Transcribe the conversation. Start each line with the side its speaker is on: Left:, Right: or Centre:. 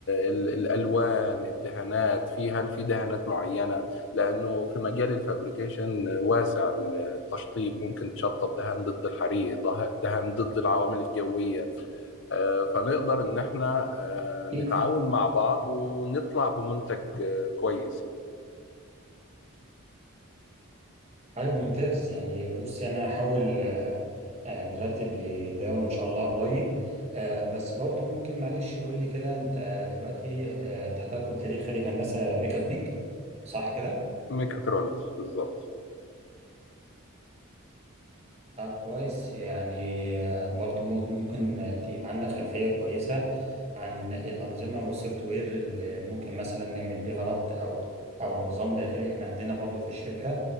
Left: ال- الألوان الدهانات في هل في دهانات معينة لأنه في مجال الفابريكيشن واسع التشطيب ممكن تشطب دهان ضد الحريق ده- دهان ضد العوامل الجوية آه، فنقدر إن احنا آه،
Right: أكيد
Left: نتعاون مع بعض ونطلع بمنتج آه، كويس يعني
Right: طيب ممتاز يعني بصي انا هحاول آه، آه، نرتب لده وان شاء الله قريب آه، بس برضو ممكن معلش يقول لي كده انت دلوقتي آه، انت حضرتك قلت لي خريج هندسه ميكانيك صح كده
Left: ميكاترونكس بالظبط
Right: طب كويس يعني آه، برضو مو- ممكن آه، يبقى عندك خلفية كويسة عن الأنظمة والسوفت وير اللي ممكن مثلا نعمل بيها ربط أو أو نظام داخلي إحنا عندنا برضو في الشركة